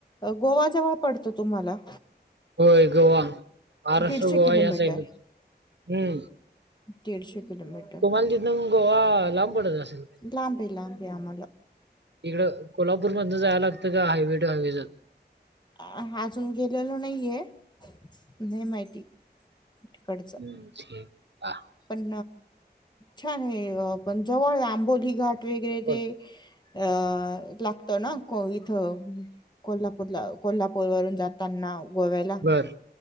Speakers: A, on the left; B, on the right.
A: गोवा जवळ पडत तुम्हाला
B: होय गोवा महाराष्ट्र
A: दीडशे
B: गोवा
A: किलोमीटर.
B: या साईड हम्म
A: दीडशे कलोमीटर
B: तुम्हाला तिथून गोवा लांब पडत असेल काय
A: लांब आहे लांब आहे आम्हाला
B: इकडं कोल्हापूर मध जायला लागतं का हायवे ट हायवे ज
A: अ आजून गेलेल नाहीये नाही माहिती तिकड
B: ् बा <unintelligible>
A: पण छान आहे पण जवळ आंबोली घाट वगैरे
B: बर
A: ते अ लागत ना काॅ इथं कोल्हापूरला कोल्हापूर वरून जाताना गोव्याला
B: बर